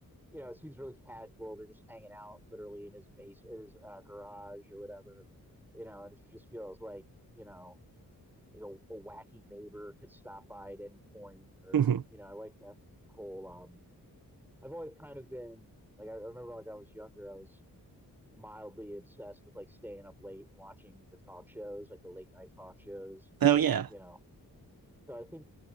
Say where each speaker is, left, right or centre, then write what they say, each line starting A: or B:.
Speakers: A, in the centre; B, on the right.
A: you know, it seems really casual. They're just hanging out literally in his base, in his uh, garage or whatever. You know, and it just feels like, you know, you know, a wacky neighbor could stop by at any point, or
B: Mhm.
A: you know, I like that whole. Um, I've always kind of been like I remember like I was younger, I was mildly obsessed with like staying up late and watching the talk shows, like the late night talk shows,
B: Oh
A: and
B: yeah,
A: you know, so I think